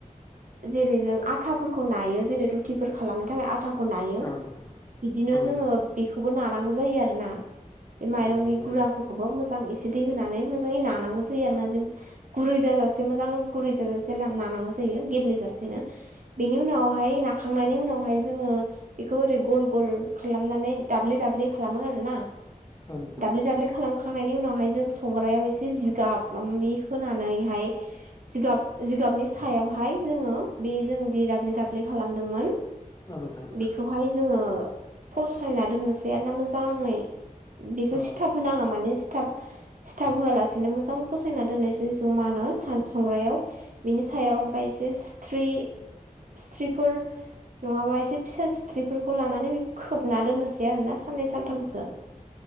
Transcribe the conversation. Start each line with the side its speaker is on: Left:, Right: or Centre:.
Right: जेरै जों आटाफोरखौ नायो जेरै रुटिफोर खालामनो थाखाय आटाखौ नायो
Left: औ नोंथां
Right: बिदिनो
Left: औ नोंथां
Right: जोङो बेखौबो नानांगौ जायो आरोना बे माइरंनि
Left: अ नंगौना
Right: गुराफोरखौबो मोजां एसे एसे दै होनानै मोजाङै नानांगौ जायोयो आरो ना जों गुरै जाजासे मोजां गुरै जाजासे नानांगौ जायो गेब्लेेजासेनो बिनि उनावहाय नाखांनायनि उनावहाय जोङो बेखौ ओरै गल गल खालामनानै दाब्लिले दाब्लिले खालामो आरो ना
Left: नोंथां
Right: दाब्लि दाब्लि खालामखांनायनि उनावहाय जों संग्रायाव एसे जिगाब माबा माबि होनानैहाय जिगाब जिगाबनि सायावहाय जोङो बे जों दि दाब्ले दाब्ले खालामदोंमोन
Left: औ नोंथां
Right: बेखौहाय जोङो फसायना दोननोसै आरो ना मोजाङै बिखौ
Left: औ
Right: सिथाब होनाङा माने सिथाब <inaudible> सिथाब होआलासेनो मोजां फसायना दोननोसै जमानो सान संग्रायाव बिनि सायाव ओमफ्राय एसे स्रि सथ्रिफोर नङाबा एसे फिसा सिथ्रिफोरखौ लानानै बेखौ खोबना दोननोसै आरो ना साननै सानथामसो <inaudible>